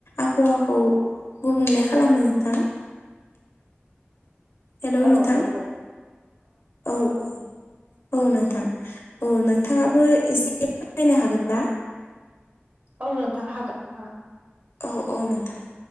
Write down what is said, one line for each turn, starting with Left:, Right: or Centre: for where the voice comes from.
Left: आबहावाखौ गुबुंले खालामो नोंथां। हेलौ
Right: औ
Left: नोंथां
Right: नंगौ।
Left: औ औ औ नोंथां औ नोंथाङाबो एसे फोरमायनो हागोन ना?
Right: औ नोंथां हागोन हागोन
Left: औ औ नोंथां